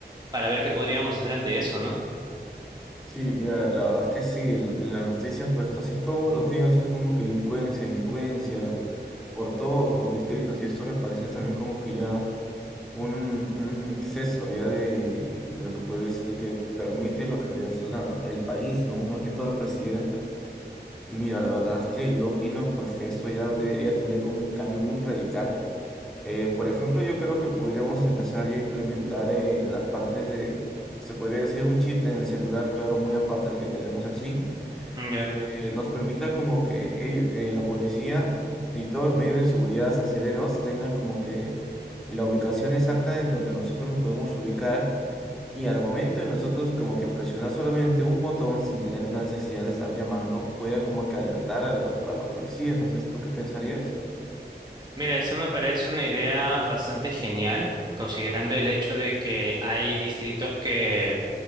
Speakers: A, on the right (about 25°); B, in the centre.
A: para ver qué podríamos hacer ante eso, ¿no?
B: Sí, mira, la verdad es que sí, en en las noticias pues casi todos los días es como que delincuencia, delincuencia, por todos los distritos y esto me parece también como que ya un, un exceso ya de lo que podría decir que permite lo que debería ser la, el país, ¿no? Más que todo la presidenta. Y mira, la verdad es que yo opino pues que eso ya debería tener un cambio muy radical Eh, por ejemplo, yo creo que podríamos empezar ya a implementar eh, las partes de, se podría decir un chip en el celular, claro, muy aparte del que tenemos al SIM,
A: Ya.
B: que nos permita como que ello- eh, la policía y todos los medios de seguridad acereros tengan como que la ubicación exacta en donde nosotros nos podemos ubicar y al momento de nosotros como que presionar solamente un botón sin tener la necesidad de estar llamando, pueda como que alertar a los, a los policías. No sé, ¿tú qué pensarías?
A: Mira, eso me parece una idea bastante genial, considerando el hecho de que hay distritos que